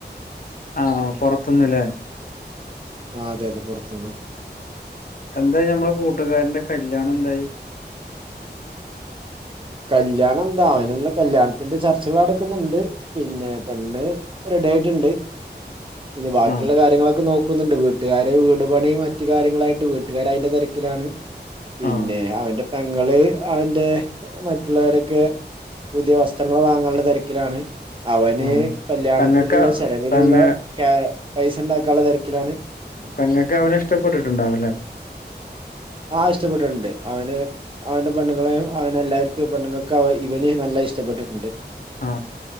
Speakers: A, on the left (about 55°); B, on the right (about 30°).
A: ആഹ് പുറത്ത്ന്ന്ല്ലേ
B: ആഹ് അതെ അതെ പുറത്തുന്ന്
A: എന്തായി ഞമ്മളെ കൂട്ടുകാരന്റെ കല്യാണം എന്തായി
B: കല്യാണം എന്താ അവനുള്ള കല്യാണത്തിന്റെ ചർച്ചകൾ നടക്കുന്നുണ്ട് പിന്നെ പെണ്ണ് റെഡി ആയിട്ട് ഉണ്ട് ഇനി ബാക്കിയുള്ള
A: ആ
B: കാര്യങ്ങളൊക്കെ നോക്ക ക്കുന്നുണ്ട് വീട്ടുകാര് വീട് പണി മറ്റു കാര്യങ്ങളായിട്ട് വീട്ടുകാര് അയ്ന്റെ തിരക്കിലാണ് പിന്നെ
A: ആ
B: അവന്റെ പെങ്ങള് അവന്റെ മറ്റുള്ളവരൊക്കെ പുതിയ വസ്ത്രങ്ങൾ വാങ്ങാനുള്ള തിരക്കിലാണ് അവന്
A: ആ
B: കല്യാണത്തിനുള്ള
A: പെങ്ങക്ക
B: ചെലവിനുള്ള
A: പെങ്ങ
B: ക്യാ പൈസണ്ടാക്കാനുള്ള തിരക്കിലാണ്
A: പെങ്ങൾക്ക് അവനെ ഇഷ്ടപ്പെട്ടിട്ടുണ്ടാവല്ലേ
B: ആഹ് ഇഷ്ടപ്പെട്ടിട്ടുണ്ട് അവന് അവന്റെ പെണ്ണുങ്ങളെയും അവന എല്ലാവർക്കും പെണ്ണുങ്ങൾക്ക് അവ ഇവനെയും നല്ല ഇഷ് ഷ്ട്ടപ്പെട്ടിട്ടുണ്ട്
A: ആ